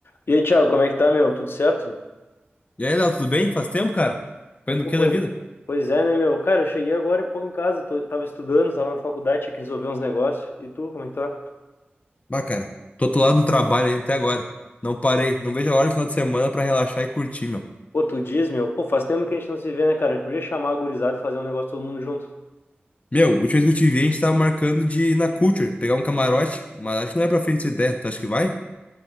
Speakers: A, on the left; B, on the left.
A: E aí, Thiago, como é que tá, meu? Tudo certo?
B: E aí, Léo, tudo bem? Faz tempo, cara? Fazendo
A: Pô,
B: o que
A: pois,
B: da vida?
A: pois é, né, meu? Cara, eu cheguei agora há pouco em casa, tô- tava estudando, tava na faculdade, tinha que resolver uns negócios. E tu, como é que tá?
B: Bah, cara, tô atolado no trabalho aí até agora. Não parei, não vejo a hora do final de semana pra relaxar e curtir, meu.
A: Pô, tu diz, meu? Pô, faz tempo que a gente não se vê, né, cara? A gente podia chamar a gurizada e fazer um negócio todo mundo junto.
B: Meu, última vez que eu te vi, a gente tava marcando de ir na Culture, pegar um camarote, mas acho que não é pra frente essa ideia. Tu acha que vai?